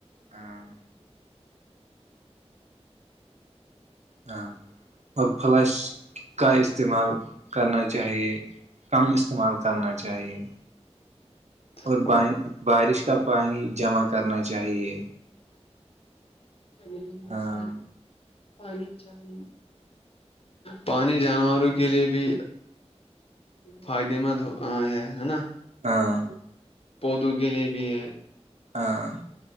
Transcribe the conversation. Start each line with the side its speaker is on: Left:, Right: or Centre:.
Right: ہاں ہاں اور فلش کا استعمال کرنا چاہئے کم استعمال کرنا چاہیے
Left: ہاں
Right: اور ب بارش کا پانی جمع کرنا چاہیے
Left: خبلہس
Right: ہاں
Left: پانی جام پانی جانوروں کے لیئے بھی فائد مند ہے ہے نا
Right: ہاں
Left: پودوں کے لیے بھی ہے
Right: ہاں